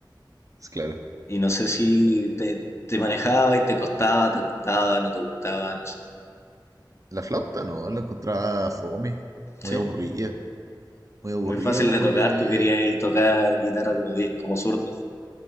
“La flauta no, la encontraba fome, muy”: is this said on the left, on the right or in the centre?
Right